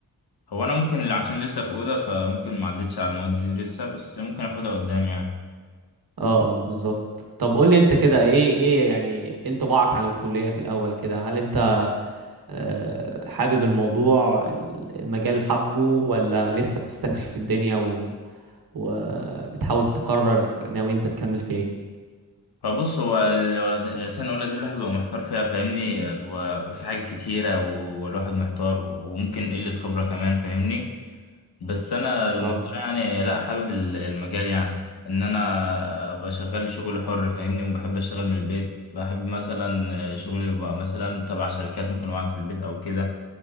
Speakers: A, on the left; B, on the right.
A: هو انا ممكن عشان لسه في اولى فممكن ما عدتش على المواد دي لسه بس ممكن اخدها قدام يعني
B: اه اه بالظبط طب قول لي انت كده ايه ايه يعني ايه انطباعك عن الكلية في الاول كده هل انت آه، حابب الموضوع ال- المجال حبه ولا لسه بتستكشف الدنيا و... وبتحاول تقرر ناوي انت تكمل في ايه
A: فبص هو ال- سنة أولى دي الواحد بيبقى محتار فيها فاهمني بيبقى في حاجات كتيرة والواحد محتار وممكن قلة خبرة كمان فاهمني بس انا الموضوع
B: اه
A: يعني لا حابب ال- المجال يعني ان انا ابقى شغال شغل حر فاهمني وبحب اشتغل من البيت بحب مثلا شغلي يبقى مثلا تبع شركات ممكن اقعد في البيت او كده